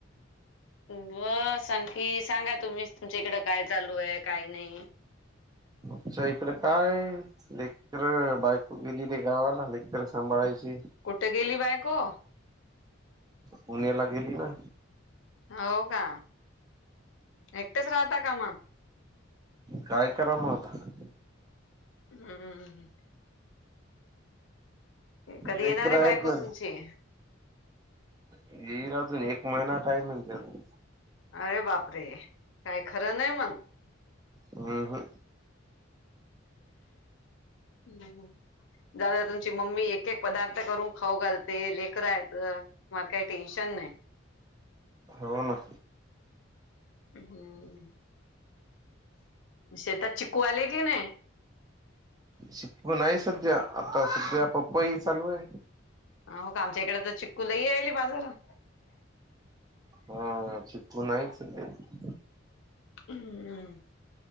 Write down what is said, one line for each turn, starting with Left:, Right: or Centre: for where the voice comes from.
Left: बस आणखी सांगा तुम्हीच तुमच्या इकडं काय चालू आहे, काही नाही.
Right: आमच्या इकडं काय लेकर बायको गेलेली गावाला लेकर सांभाळायची.
Left: कुठे गेली बायको?
Right: पुण्याला गेली ना.
Left: हो का, एकटेच राहता का मग?
Right: काय कराव मग आता?
Left: हम्म. कधी
Right: लेकर
Left: येणार हाय बायको
Right: आहेत ना
Left: तुमची?
Right: येईल अजून एक महिना टाईम हाय म्हण त्याले.
Left: अरे बापरे, काय खरं नाही मग.
Right: हम्म, हं.
Left: हम्म, हम्म. जाऊद्या तुमची मम्मी एक एक एक पदार्थ करून खाऊ घालते, लेकर हायतं मला काही टेन्शन नाही.
Right: हो ना.
Left: हम्म. शेतात चिकू आले की नाही?
Right: चिकू नाही सध्या आता सध्या पपई चालू आहे.
Left: हो का? आमच्या इकडे तर चिक्कू लई यायले बाजारात.
Right: हा चिकू नाहीच हाय ते.
Left: हम्म.